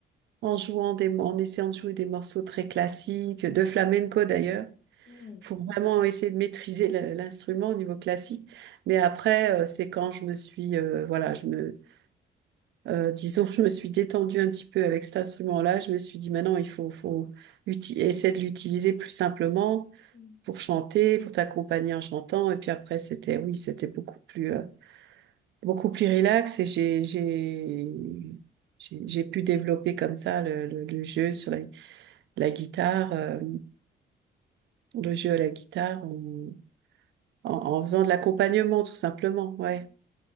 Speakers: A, on the right (about 65°); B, on the left (about 65°).
A: en jouant des, mo- en essayant de jouer des morceaux très classiques, de flamenco d'ailleurs,
B: hmm,
A: pour vraiment essayer de maîtriser le- l'instrument au niveau classique. Mais après, euh, c'est quand je me suis, euh, voilà, je me Euh, disons, je me suis détendue un petit peu avec cet instrument-là. Je me suis dit, maintenant, il faut, faut uti- essayer de l'utiliser plus simplement
B: hmm,
A: pour chanter, pour t'accompagner en chantant. Et puis après, c'était, oui, c'était beaucoup plus, euh, beaucoup plus relax. Et j'ai, j'ai, j'ai, j'ai pu développer comme ça le, le, le jeu sur la, la guitare, euh, le jeu à la guitare en, en, en faisant de l'accompagnement, tout simplement. Ouais,
B: hmm.